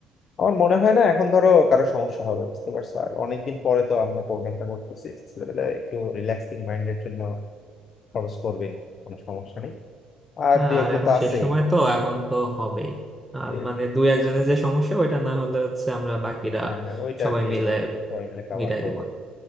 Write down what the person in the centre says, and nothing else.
হ্যাঁ
আর
এখন
শেষ সময় তো এখন তো হবেই আর
মানে দুই একজনের যে সমস্যা ওইটা না হলে হচ্ছে আমরা বাকিরা
সবাই
মিলে
মিটাই
দিব